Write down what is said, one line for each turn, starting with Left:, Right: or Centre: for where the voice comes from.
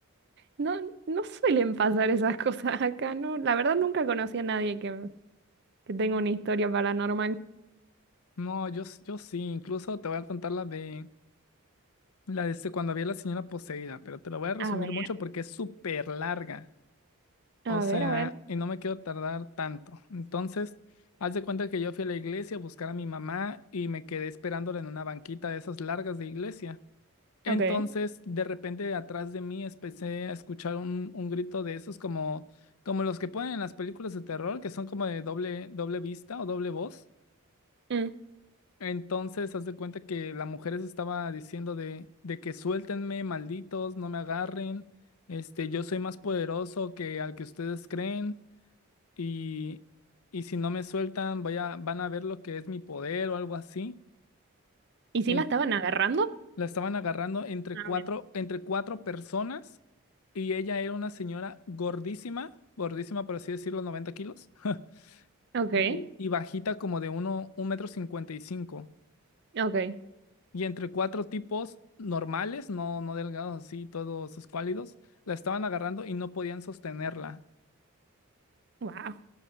Right: no, no suelen pasar esas <laughs> cosas acá, no. La verdad nunca conocí a nadie que que tengo una historia paranormal.
Left: No, yo, s- yo sí, incluso te voy a contar la de la de este, cuando vi a la señora poseída, pero te lo voy a resumir
Right: A ver,
Left: mucho porque es súper larga.
Right: A
Left: O sea,
Right: ver, a ver.
Left: y no me quiero tardar tanto. Entonces, haz de cuenta que yo fui a la iglesia a buscar a mi mamá y me quedé esperándola en una banquita de esas largas de iglesia. Entonces,
Right: Ok.
Left: de repente, atrás de mí empecé a escuchar un, un grito de esos como, como los que ponen en las películas de terror, que son como de doble, doble vista o doble voz.
Right: Mm.
Left: Entonces, haz de cuenta que la mujer se estaba diciendo de, de que suéltenme, malditos, no me agarren, este, yo soy más poderoso que al que ustedes creen y, y si no me sueltan, vaya, van a ver lo que es mi poder o algo así.
Right: ¿Y si
Left: En-
Right: la estaban agarrando?
Left: la estaban agarrando entre
Right: a
Left: cuatro,
Right: ver,
Left: entre cuatro personas y ella era una señora gordísima, gordísima por así decirlo, 90 kilos, <laughs>
Right: Ok,
Left: y, y bajita como de uno, un metro cincuenta y cinco.
Right: ok.
Left: Y entre cuatro tipos normales, no, no delgados así, todos escuálidos, la estaban agarrando y no podían sostenerla.
Right: Wow.